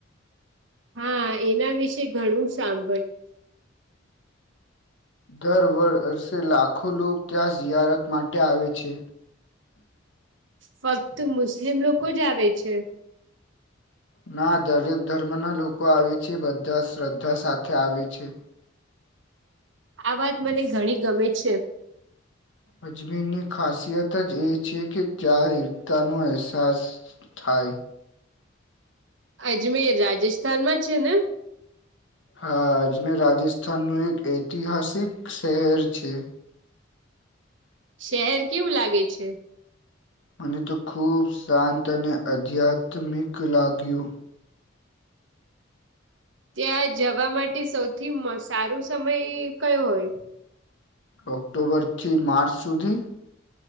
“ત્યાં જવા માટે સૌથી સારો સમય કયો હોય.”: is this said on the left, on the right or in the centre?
Right